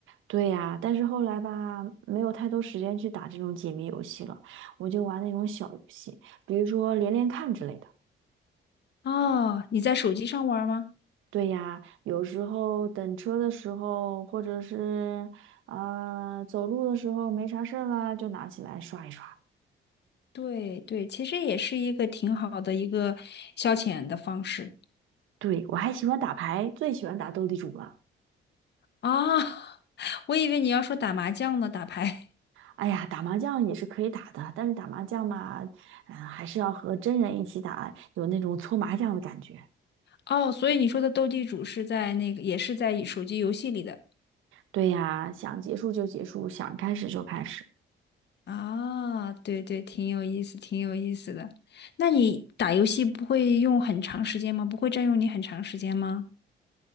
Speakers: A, on the right (about 85°); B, on the left (about 60°).
A: 对呀，但是后来吧，没有太多时间去打这种解谜游戏了，我就玩那种小游戏，比如说连连看之类的。
B: 哦，你在手机上玩吗？
A: 对呀，有时候等车的时候，或者是呃走路的时候没啥事儿啦，就拿起来刷一刷。
B: 对对，其实也是一个挺好的一个消遣的方式。
A: 对，我还喜欢打牌，最喜欢打斗地主了。
B: 啊，<laughs> 我以为你要说打麻将呢，打牌。
A: 哎呀，打麻将也是可以打的，但是打麻将嘛，嗯、还是要和真人一起打，有那种搓麻将的感觉。
B: 哦，所以你说的斗地主是在那个，也是在手机游戏里的。
A: 对呀，想结束就结束，想开始就开始。
B: 啊，对对，挺有意思，挺有意思的。那你打游戏不会用很长时间吗？不会占用你很长时间吗？